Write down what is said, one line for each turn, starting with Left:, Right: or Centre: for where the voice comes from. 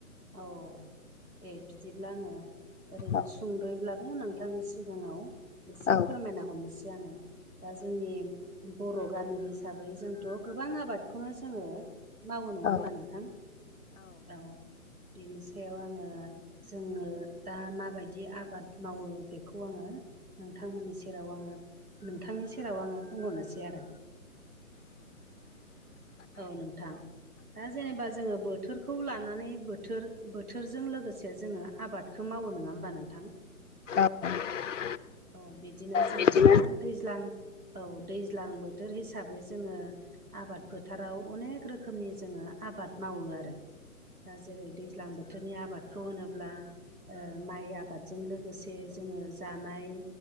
Right: औ दे बिदिब्ला आङो ओरैनो
Left: औ
Right: सुंद'यैब्लाबो नोंथांनि सिगाङाव एसे
Left: औ
Right: फोरमायना हरनोसै आङो। दा जोंनि बर' गामि हिसाबै जोंथ' गोबां आबादखौनो जोङो मावो, नङा
Left: औ
Right: होमबा नोंथां? औ बेनि सायाव आङो जोङो दा माबायदि आबाद मावो बेखौ आङो नोंथांमोननि सेराव आङो, नोंथांनि सेराव आङो बुंहरनोसै आरो। औ नोंथां। दा जेनेबा जोङो बोथोरखौ लानानै बोथोर बोथोरजों लोगोसे जोङो आबादखौ मावो नङा होमबा नोंथां?
Left: <unintelligible>
Right: औ बिदिनो जोङो
Left: बिदिनो
Right: दा दैज्लां, औ दैज्लां बोथोर हिसाबै जोङो आबाद फोथाराव अनेक रोखोमनि जोङो आबाद मावो आरो। दा जेरै दैज्लां बोथोरनि आबादखौ होनोब्ला ओ माइ आबादजों लोगोसे जोङो जानाय